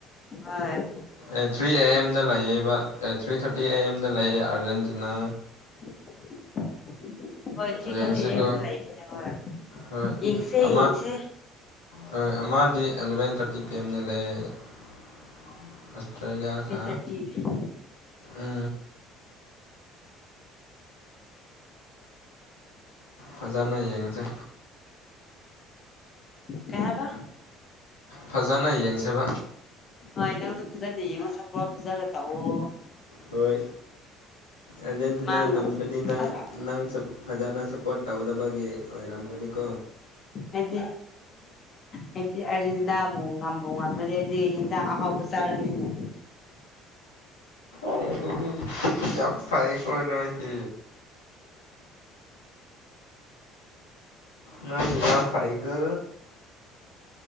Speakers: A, on the left; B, on the left.
A: ꯑ
B: ꯑꯦ ꯊ꯭ꯔꯤ ꯑꯦ ꯑꯦꯝꯗ ꯂꯩꯌꯦ ꯕ ꯊ꯭ꯔꯤ ꯊꯥꯔꯇꯤ ꯑꯦ ꯑꯦꯝꯗ ꯂꯩꯑ ꯑꯥꯔꯖꯦꯟꯇꯤꯅꯥ
A: <inaudible> ꯍꯣꯏ ꯊ꯭ꯔꯤ
B: ꯑꯦꯖꯦꯟꯁꯦꯀ
A: ꯊꯥꯔꯇꯤ ꯑꯦ ꯑꯦꯝꯗ ꯂꯩꯕꯅꯦ ꯍꯣꯏ
B: ꯍꯣꯏ
A: ꯌꯦꯡꯁꯦ
B: ꯑ
A: ꯌꯦꯡꯁꯦ
B: ꯍꯣꯏ ꯑꯃꯗꯤ ꯑꯦꯂꯚꯦꯟ ꯊꯥꯔꯇꯤ ꯄꯤ ꯑꯦꯝꯗ ꯂꯩꯦ ꯑꯁ ꯑꯁꯇ꯭ꯔꯦꯂꯤꯌꯥ
A: ꯊ꯭ꯔꯤ
B: ꯀ
A: ꯊꯥꯔꯇꯤ ꯀꯩ
B: ꯎ ꯐꯖꯅ ꯌꯦꯡꯁꯩ
A: ꯀꯌꯥꯕ
B: ꯐꯖꯅ ꯌꯦꯡꯖꯕ
A: ꯍꯣꯏ ꯅꯪꯁꯨ ꯐꯖꯅ ꯌꯦꯡꯉꯣ ꯁꯄꯣ ꯐꯖꯜꯂ ꯇꯥꯛꯑꯣ
B: ꯍꯣꯏ ꯑꯔꯖꯦꯟꯇꯤꯅꯥ
A: ꯃꯥꯡ
B: ꯉꯝꯗ꯭ꯔꯗꯤ ꯅꯪ
A: ꯑꯁ
B: ꯅꯪ ꯐꯖꯅ ꯁꯞꯄꯣꯔꯠ ꯇꯧꯗꯕꯒꯤ ꯑꯣꯏꯔꯝꯒꯅꯤꯀꯣ
A: ꯍꯥꯏꯗꯤ ꯍꯥꯏꯗꯤ ꯑꯔꯖꯦꯟꯇꯤꯅꯥꯕꯨ ꯉꯝꯕ ꯉꯝꯃꯗꯤ ꯍꯥꯏꯗꯤꯤꯟ ꯌꯥ ꯍꯥꯎꯕꯨ ꯆꯥꯔꯅꯤꯅꯦ
B: ꯑꯗꯨ ꯌꯥꯝ ꯐꯔ ꯀꯅꯣꯏ ꯀ ꯅꯣꯏꯖꯖꯤꯔꯥ ꯐꯥꯏꯒ